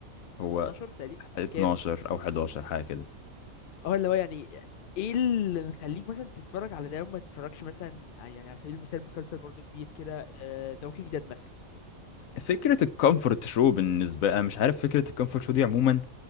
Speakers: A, on the left; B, on the left.
A: هو
B: 12 تقريبا
A: 12
B: كام
A: او 11 حاجه كده
B: اه اللي هو يعني ايه اللي مخليك مثلا تتفرج على ده وما تتفرجش مثلا ع- يعني على سبيل المثال مسلسل برضو كبير كده ذا ووكينج ديد مثلا
A: فكره الكومفورت شو بالنسبه انا مش عارف فكره الكومفورت شو دي عموما